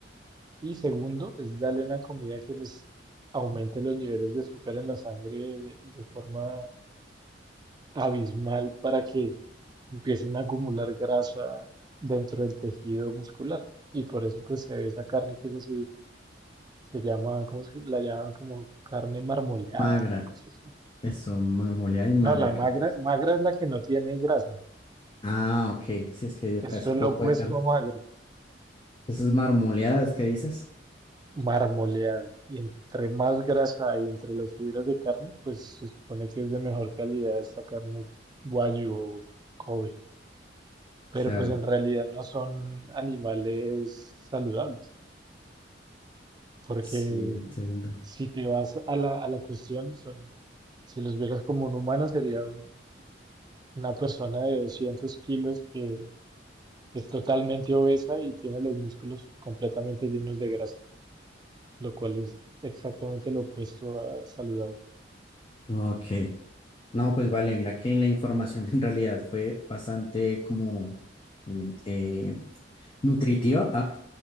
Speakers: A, on the right; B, on the left.
A: Y segundo, es darle una comida que les aumente los niveles de azúcar en la sangre de, de forma abismal para que empiecen a acumular grasa dentro del tejido muscular. Y por eso pues se ve esa carne que es así, se llama, ¿cómo se la llaman? Como carne marmoleada,
B: Magra.
A: una cosa así.
B: Eso, marmoleada y magra,
A: No, la
B: creo
A: magra,
B: que es.
A: magra es la que no tiene grasa.
B: Ah, ok. Sí, es que yo
A: Esto
B: casi
A: es
B: poco
A: lo opuesto
B: de carne.
A: a magro.
B: Entonces, marmoleadas, ¿qué dices?
A: marmoleada. Y entre más grasa hay entre las fibras de carne, pues se supone que es de mejor calidad esta carne wagyu o Kobe. Pero
B: Claro.
A: pues en realidad no son animales saludables, porque
B: Sí, entiendo.
A: si te vas a la, a la cuestión, son, si los vieras como un humano, sería un- una persona de 200 kilos que es totalmente obesa y tiene los músculos completamente llenos de grasa, lo cual es exactamente lo opuesto a saludable.
B: Ok. No, pues vale, mira que la información <laughs> en realidad fue bastante como alimen- eh, nutritiva, ah,